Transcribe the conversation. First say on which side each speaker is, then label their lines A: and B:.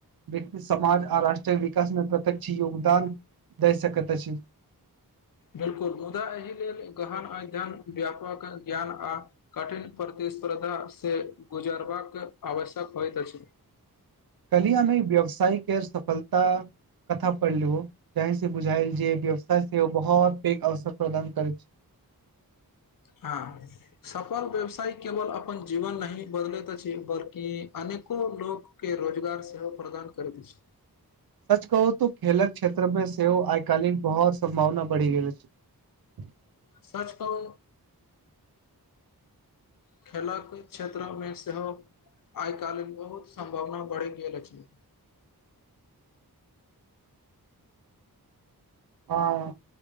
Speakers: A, on the right (about 70°); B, on the left (about 60°).
A: व्यक्ति समाज आ राष्ट्रीय विकास मे प्रत्यक्ष योगदान दै सकैत अछि
B: बिलकुल मुदा एहि लेल गहन अध्ययन व्यापक ज्ञान आ कठिन प्रति प्रतिस्पर्धा से गुजारबाक आवश्यक होइत अछि
A: काल्हि हम व्यवसाय केर सफलता कथा पढ़लौं तहि से बुझायल जे व्यवसाय छै ओ बहुत पैघ अवसर प्रदान करै छै
B: हँ सफल व्यवसाय केवल अपन जीवन नहि बदलैत अछि बल्कि अनेक अनेको लोक के रोजगार सेहो प्रदान करैत अछि
A: सच कहू तऽ खेलक क्षेत्रमे सेहो आइ काल्हि बहुत सम्भावना बढ़ि गेल अछि
B: सच कहू खेलक क्षेत्र मे सेहो आइ काल्हि बहुत सम्भावना बढ़ि गेल अछि
A: हँ